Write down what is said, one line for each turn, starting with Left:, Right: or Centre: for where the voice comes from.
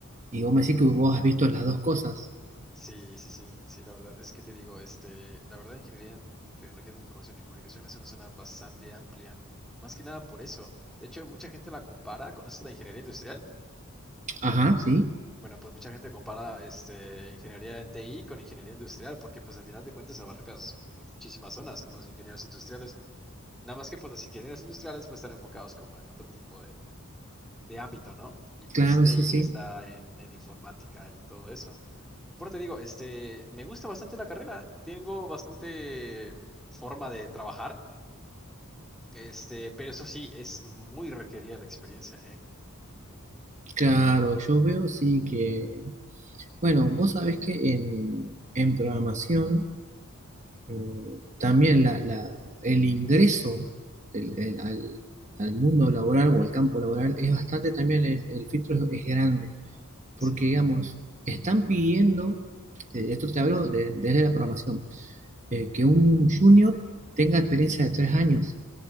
Right: Y vos me decís que vos has visto las dos cosas.
Centre: Sí, sí, sí, sí, la verdad es que te digo, este, la verdad, ingeniería en tecnologías de la información y comunicación es una zona bastante amplia, más que nada por eso. De hecho, mucha gente la compara, ¿conoces la ingeniería industrial?
Right: Ajá, sí,
Centre: Bueno, pues mucha gente compara, este, ingeniería en TI con ingeniería industrial, porque pues al final de cuentas abarcas pues, que muchísimas zonas, como los ingenieros industriales. Nada más que pues los ingenieros industriales pues están enfocados como en otro tipo de, de ámbito, ¿no? Y pues
Right: claro,
Centre: TI
Right: sí, sí.
Centre: está en, en informática y todo eso. Por te digo, este, me gusta bastante la carrera, tengo bastante forma de trabajar, este, pero eso sí, es muy requerida la experiencia, ¿eh?
Right: Claro, yo veo sí que... Bueno, vos sabés que en, en programación Eh, también la- la- el ingreso del- el- al, al mundo laboral o al campo laboral es bastante también, es- el filtro es, es grande, porque
Centre: Sí,
Right: digamos, están pidiendo, eh, esto te hablo de- desde la programación, eh, que un junior tenga experiencia de tres años